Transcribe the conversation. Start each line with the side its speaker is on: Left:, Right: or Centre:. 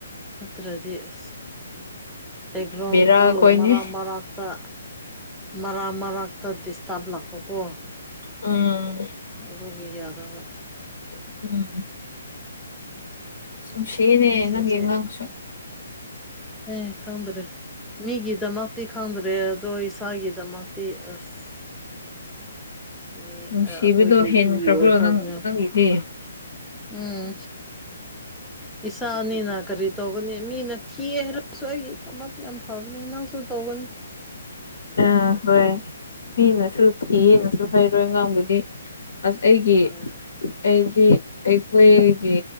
Centre: ꯅꯠꯇ꯭ꯔꯗꯤ ꯑ ꯗꯦꯒ꯭ꯔꯣꯗꯨ
Left: ꯕꯦꯔꯥ ꯈꯣꯏꯅꯤ
Centre: ꯃꯔꯔꯛ ꯃꯔꯔꯛ ꯇ ꯃꯔꯛ ꯃꯔꯛꯇ ꯗꯤꯁꯇꯥꯔꯕ ꯂꯥꯛꯄꯀꯣ
Left: ꯎꯝ
Centre: ꯑꯣꯕꯒꯤ ꯌꯥꯗ
Left: <unintelligible> ꯁꯨꯝꯁꯤꯦꯅꯦ
Centre: ꯃꯤꯁꯤꯡꯁꯦ
Left: ꯅꯪ ꯌꯦꯡꯥꯡꯁꯨ
Centre: ꯑ ꯈꯪꯗ꯭ꯔꯔꯤ ꯃꯤꯒꯤꯗꯃꯛꯇꯤ ꯈꯪꯗ꯭ꯔꯦ ꯑꯗꯣ ꯏꯁꯥꯒꯤꯗꯃꯛꯇꯤ ꯑꯁ ꯃꯤ
Left: ꯅꯨꯡꯁꯤꯕꯗꯣ
Centre: ꯑꯩꯈꯣꯏꯒꯤ
Left: ꯍꯦꯟꯈ꯭ꯔꯕ꯭ꯔꯣ
Centre: ꯏ ꯑꯣꯏꯈ꯭ꯔꯕꯅ
Left: ꯅꯪ ꯅꯪꯒꯤꯗꯤ
Centre: ꯎꯝ ꯏꯁꯁꯥꯅꯤꯅꯥ ꯀꯔꯤ ꯇꯒꯅꯤ ꯃꯤ ꯅ ꯀꯦ ꯍꯥꯏꯔꯁꯨ ꯑꯩꯒꯤ ꯑꯃ ꯌꯥꯝ ꯐꯕꯅꯦ ꯅꯪꯁꯨ ꯇꯧꯒꯅꯤ
Left: ꯑꯥ ꯍꯣꯏ ꯃꯤꯅꯁꯨ ꯊꯤꯌꯦꯅꯁꯨ ꯍꯩꯔꯣꯏ ꯑꯉꯥꯡꯕꯨꯗꯤ ꯑꯁ ꯑꯩꯒꯤ
Centre: ꯑꯥ
Left: ꯑꯩꯗꯤ ꯑꯩꯈꯣꯏꯒꯤ